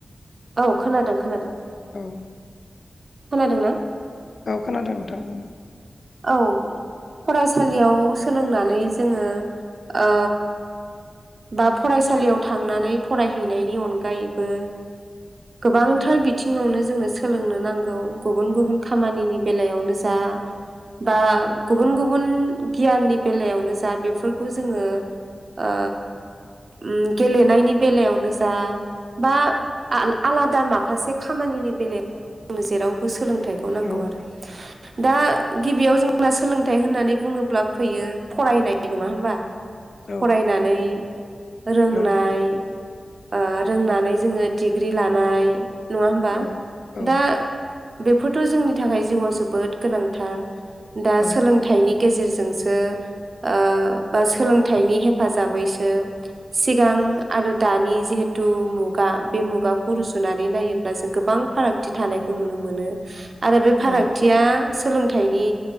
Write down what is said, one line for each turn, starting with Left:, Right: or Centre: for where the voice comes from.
Right: औ खोनादों -खोनादों।
Left: उम।
Right: खोनादोंना?
Left: औ खोनादों नोंथां बुं।
Right: औ। फरायसालियाव सोलोंनानै जोङो ओ बा फरायसालियाव थांनानै फरायहैनायनि अनगायैबो गोबांथार बिथिङावनो जोंनो सोलोंनो नांगौ गुबुन- गुबुन खामानिनि बेलायावनो जा बा गुबुन- गुबुन गियाननि बेलायावनो जा बेफोरखौ जोङो ओ उम गेलेनायनि बेलायावनो जा बा आला-आलादा माखासे खामानि बेलायाव जोंनो जेरावबो सोलोंथाइखौ नांगौ
Left: औ
Right: आरो। दा गिबियाव जोंना सोलोंथाइ होननानै बुङोब्ला फैयो फरायनाय नङा होमबा?
Left: औ
Right: फरायनानै रोंनाय
Left: नों
Right: ओ रोंनानै जोङो डिग्रि लानाय। नङा होमबा?
Left: औ औ
Right: दा बेफोरथ' जोंनि थाखाय जिउआव जोबोद गोनांथार। दा
Left: औ
Right: सोलोंथाइनि गेजेरजोंसो ओ बा सोलोंथाइनि हेफाजाबैसो सिगां आरो दानि जिहेथु मुगा बे मुगाखौ रुजुनानै नायोब्ला जों गोबां फारागथि थायो। थानायखौ नुनो मोनो। आरो बे फारागथिया
Left: औ
Right: सोलोंथाइनि